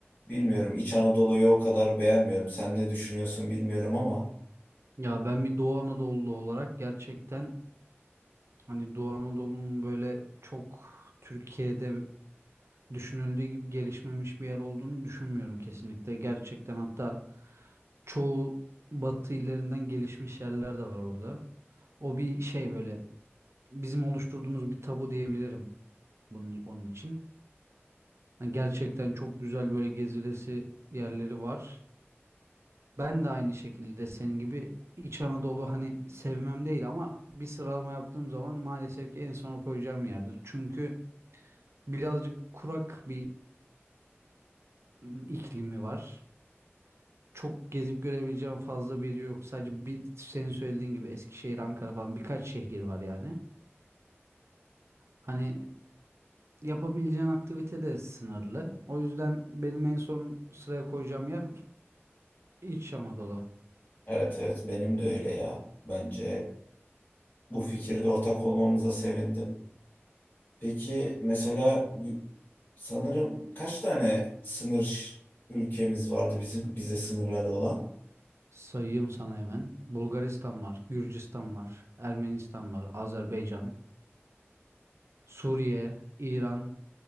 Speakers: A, on the left (about 45°); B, on the right (about 75°).
A: bilmiyorum İç Anadolu'yu o kadar beğenmiyorum. Sen ne düşünüyorsun bilmiyorum ama
B: Ya ben bir Doğu Anadolu olarak gerçekten Hani Doğu Anadolu'nun böyle çok Türkiye'de düşünüldüğü gibi gelişmemiş bir yer olduğunu düşünmüyorum kesinlikle. Gerçekten hatta çoğu batı illerinden gelişmiş yerler de var orada. O bir şey böyle bizim oluşturduğumuz bir tabu diyebilirim bunun onun için. Yani gerçekten çok güzel böyle gezilesi yerleri var. Ben de aynı şekilde senin gibi İç Anadolu hani sevmem değil ama bir sıralama yaptığım zaman maalesef ki en sona koyacağım yerdir. Çünkü Birazcık kurak bir ım, iklimi var. Çok gezip görebileceğim fazla bir yer yok. Sadece bir senin söylediğin gibi Eskişehir, Ankara falan birkaç şehir var yani. Hani yapabileceğin aktivite de sınırlı. O yüzden benim en son sıraya koyacağım yer İç Anadolu.
A: evet evet benim de öyle ya. Bence bu fikirde ortak olmamıza sevindim. Peki mesela y- sanırım kaç tane sınır ş- ülkemiz vardı bizim bize sınırları olan?
B: Sayayım sana hemen. Bulgaristan var, Gürcistan var, Ermenistan var, Azerbaycan, Suriye, İran.